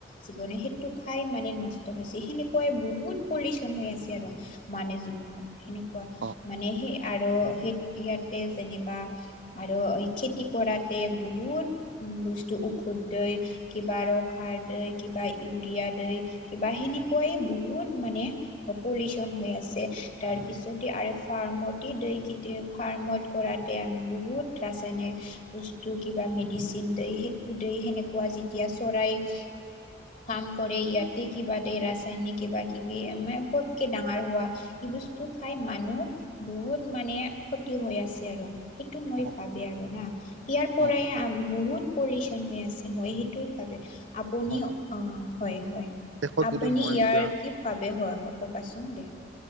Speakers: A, on the left (about 40°); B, on the right (about 75°).
A: জীৱনে সেইটো খাই মানে নষ্ট হৈছে সেনেকুৱাই বহুত পলিউচন হৈ আছে আৰু মানুহ জীৱনত সেনেকুৱা
B: অ
A: মানে সেই আৰু সেই ইয়াতে যেনিবা আৰু এই খেতি কৰাতে বহুত বস্তু ঔষধই কিবা ৰস সাৰ দ কিবা ইউৰিয়া দ কিবা সেনেকুৱাই বহুত মানে পলিউচন হৈ আছে তাৰ পিছতে আৰু ফাৰ্মতে দ কে ফাৰ্মত কৰাতে আমি বহুত ৰাসায়নিক বস্তু কিবা মেডিচিন দ সেইটো দ সেনেকুৱা যেতিয়া চৰাই ফাৰ্ম কৰে ইয়াতে কিবা দে ৰাসায়নিক কিবা কিবি মানে ফতকে ডাঙৰ হোৱা এই বস্তু খাই মানুহ বহুত মানে ক্ষতি হৈ আছে আৰু সেইটো মই
B: অ
A: ভাবি আৰু না ইয়াৰ পৰাই
B: অ
A: বহুত পলিউচন হৈ আছে মই সেইটো ভাবে আপুনি
B: অ
A: হয় হয়
B: শেষত
A: আপুনি
B: যদি মই
A: ইয়াৰ
B: এতিয়া
A: কি ভাবে হয় হক'বাচোন দে